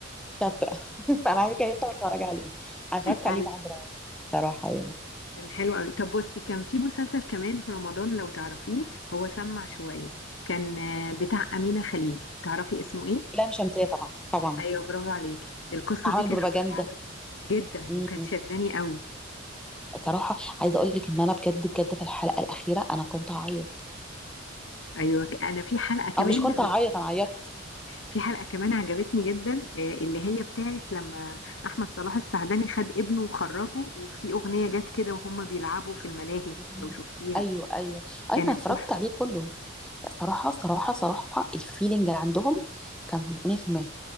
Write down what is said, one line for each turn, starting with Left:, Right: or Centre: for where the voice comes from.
Centre: شاطرة <laughs> فانا عايزة كده لسه بتفرج عليه انا اتفرجت
Left: ايوه
Centre: عليه بعد رعب بصراحة يعني
Left: كان حلو قوي طب بصي كان في مسلسل كمان في رمضان لو تعرفيه هو سمع شويه كان آه، بتاع امينه خليل تعرفي اسمه ايه
Centre: لام شمسية طبعا طبعا
Left: ايوه برافو عليكي القصه
Centre: عمل
Left: دي كانت
Centre: بروباجندا
Left: عجبة جدا
Centre: امم
Left: وكانت شداني قوي
Centre: صراحة عايزة اقول لك ان انا بجد بجد في الحلقة الأخيرة انا كنت هعيط
Left: ايوه ك- انا في حلقه كمان
Centre: او مش كنت هعيط انا عيطت
Left: في حلقة كمان عجبتني جدا آه، اللي هي بتاعت لما أحمد صلاح السعدني خد ابنه وخرجه وفي أغنية جت كده وهم بيلعبوا في الملاهي
Centre: مم.
Left: لو شفتيها
Centre: ايوه ايوه أيوة،
Left: كانت
Centre: انا اتفرجت
Left: تحفة
Centre: عليه كله لا، صراحة صراحة صراحة الفيلينج عندهم كان 100%